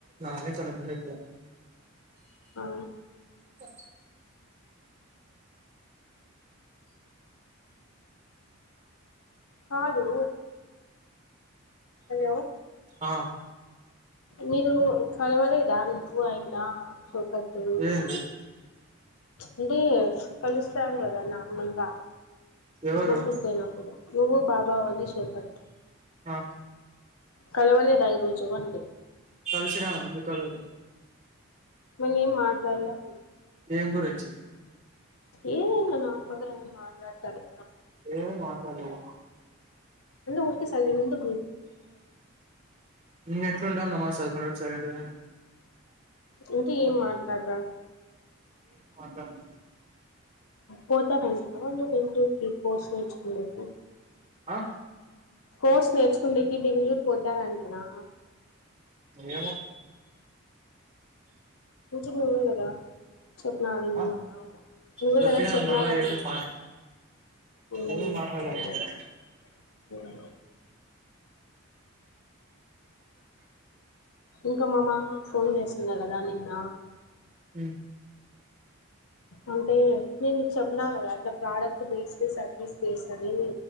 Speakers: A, on the right (about 25°); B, on the left (about 80°).
A: అకనేకనే
B: ఆ
A: స
B: కాదు హలో
A: ఆ
B: మీరు చలవాలదా నువ్వు అయినా చోకదులు
A: ఏంది
B: అంటే కలుస్తాంకదా నార్మల్ గా
A: ఎవరు
B: మకూద్ పోయినపుడు నువ్వు బాబా వదిషేపట్
A: ఆ
B: కలవలేదా ఈ రోజు అంటి
A: కలిసినం ఎందుకు కలవలేదు
B: మళ్ళీ ఏం మాట్లాడలే
A: ఏం గుంచి
B: ఏదైనా నార్మల్గావ మాట్లాడతారు
A: ఏమి మాట్లాడలేదు
B: ఎందుకు ఊరికే సైలెంట్ గా
A: ఇ ఎట్లుండమ్మా చదువు సైలెంట్
B: ఇంకి ఏం మాట్లాడత
A: ఏమ్ మాట్లాడిన
B: పోతరంటన బెంగళూరుకి కోర్స్ నేర్చుకొనేకి
A: ఆ
B: కోర్స్ నేర్చుకునికి బెంగళూరు పోతారంటనా
A: ఏమో
B: ఇంచె నువ్వే కదా చెప్పినరూ
A: ఆ
B: అన్నావ్ నువ్వే
A: చెప్పినాను
B: కదా చెప్పినారన్నవ్
A: మళ్ళా ఏమి మాట్
B: ఉనండి
A: ఏమి మాట్లాడలేదు
B: మాట్లాడ్ లేదా నేనా ఇంకా మా మామ ఫోన్ చేసిండ్య కదా నిన్న
A: ఉ
B: అంటే నేన్ నీకు చెప్పిన కదా అట్లా ప్రోడక్ట్ బేస్ టే సర్వీస్ బేస్ అని